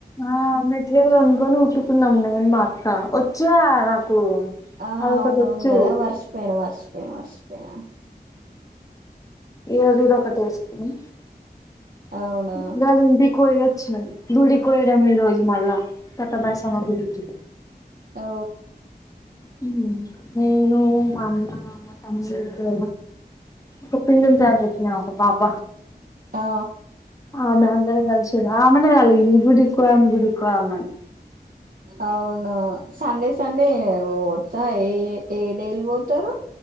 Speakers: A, on the left; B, on the right.
A: ఆ మెటీరియల్ కొనుకొని కుట్టుకున్నాం నేను మా అక్క వచ్చా <unintelligible>
B: ఆ
A: అదొకటి
B: అవునవును
A: వచ్చు
B: కదా మర్చిపోయాను మర్చిపోయాను మర్చిపోయాను
A: ఏదిదో ఒకటి ఏసుకొని
B: అవునా
A: <unintelligible> కోయ వచ్చిన గుడి కోయనాము ఈ రోజు మళ్ళా పెత్త మైసమ్మ గుడికి
B: ఓ
A: హ్మ్ నేను మా అన్న మా తమ్ముడు ఒక పిల్లి ఉంటది ఒక పాప
B: ఆ
A: ఆ మేము అందరం కలిసి చూడు ఆమెనే కదా గుడికి పోదాం గుడికి పోదాం అని
B: అవును సండే సండే పోవచ్చా ఏ ఏ డేలు పోతారు